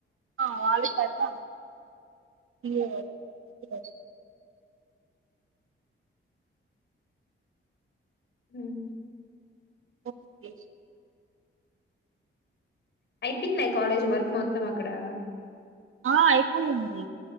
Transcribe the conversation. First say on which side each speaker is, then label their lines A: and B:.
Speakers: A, on the right (about 85°); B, on the left (about 60°).
A: ఆ వాళ్ళుకదే <inaudible>
B: ఉహ్
A: ఓకే
B: ఐపోయిందా ఇ కాలేజ్ వర్క్ మొత్తం అక్కడా?
A: ఆ ఐపోయింది